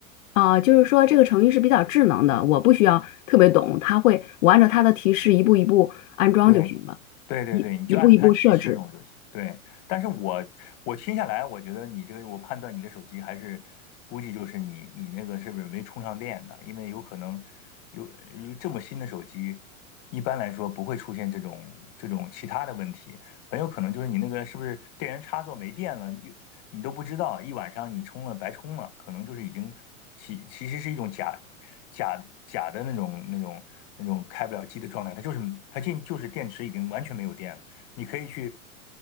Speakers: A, on the left (about 65°); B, on the left (about 45°).
A: 啊，就是说这个程序是比较智能的，我不需要特别懂，它会我按照它的提示一步一步安装就行了，
B: 对，对对对，
A: 一一步一步设置。
B: 你就按照它提示弄就行。对，但是我我听下来，我觉得你这个，我判断你的手机还是估计就是你你那个是不是没充上电呢？因为有可能有有这么新的手机，一般来说不会出现这种这种其他的问题。很有可能就是你那个是不是电源插座没电了，一你都不知道，一晚上你充了白充了，可能就是已经其其实是一种假假假的那种那种那种开不了机的状态，它就是它进就是电池已经完全没有电了。你可以去